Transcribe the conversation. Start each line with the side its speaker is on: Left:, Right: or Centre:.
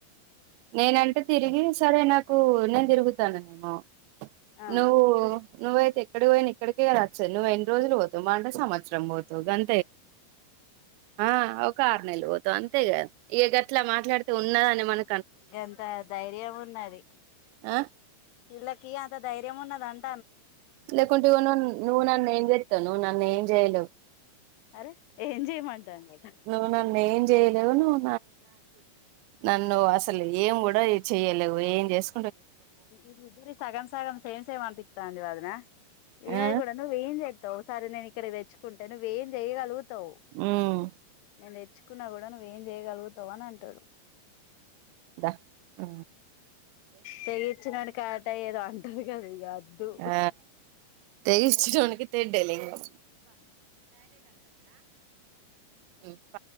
Right: నేనంటే తిరిగి సరే నాక్ ఓ నేను తిరుగుతన నెమో
Left: ఆ
Right: నువ్వు నువయితేక్కడికి పోయిన ఇక్కడికే రాచ్చా నువ్వు ఎన్ని రోజులు పోతవు మా అంట సంవత్సరం పోతవు గం ఆ ఒక అర్నెలు గంతేగా ఇ గట్లా మాట్లాడితే ఉన్నదా అని మన
Left: గంత ధైర్యం ఉన్నది
Right: ఆ
Left: ఇళకి అంత ధైర్యం ఉన్నదన్
Right: లేకుంటే ఇగో నన్ నువ్ నన్ ఏంజెత్ తొ నువ్ నన్ను ఏం చేయలేవ్
Left: అరే ఏం చేయమంటాండట
Right: నువ్వు నన్ను ఏం చెయలేవు నువ్వు నన్ను అసలు ఏం కూడా ఎ చెయలేవు ఏం చేస్
Left: ఇది ఇదిరి సగం సగం సేమ్ సేమ్ అంపి రాండ్రి వదిన ఈనది
Right: ఆ
Left: కూడా నువ్వేం చేతావు సరే నేను ఇక్కడ తెచ్చుకుంటే నువ్వేం చేయగలుగుతావు
Right: ఉమ్
Left: నేన్ దెత్ తెచ్చుకున్నా కూడా నువ్ ఏం చేయగలుగుతావు అని అంటాడు
Right: ద ఊ
Left: తెగిచ్చినోనికి ఆట ఏదో అంటారు కదా ఇగ అద్దు
Right: ఆ తెగిచ్చినోనికి తెడ్డే లింగం ఉ ప